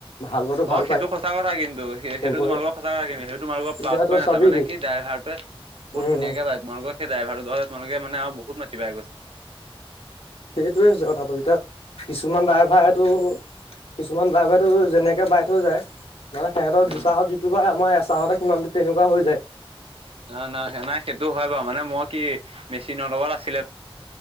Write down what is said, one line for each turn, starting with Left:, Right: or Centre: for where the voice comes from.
Left: ভাল পোৱাটো ভাল
Right: অ সেইটো
Left: পায়
Right: সঁচা কথা কিন্তু,
Left: চবৰে
Right: সেইটো তোমালোকৰ সঁচা কথা কিন্তু। সেইটো তোমালোকৰ
Left: এতিয়া
Right: প্লাছ
Left: তই
Right: পইণ
Left: চাবি
Right: আছে মানে কি ড্ৰাইভাটোৱে- বহুত
Left: উম
Right: ধুনীয়াকে বাই তোমালোকৰ সেই ড্ৰাইভাৰলে তোমালোকে মানে আৰু বহুত মাটি পাই গৈছে।
Left: সেইটোয়ে হৈছে কথাটো এতিয়া। কিছুমান ড্ৰাইভাৰেটো কিছুমান ড্ৰাইভাৰেটো যেনেকে বাই- হৈ যায়। মানে সিহতৰ
Right: উম
Left: দুচাহত যিটো বাই আমাৰ এচাহতে সিমানটো তেনেকুৱা হৈ যায়।
Right: নাই নাই স নাই সেইটো হয় বাৰু। মানে মই কি মেচিন লগত আছিলে-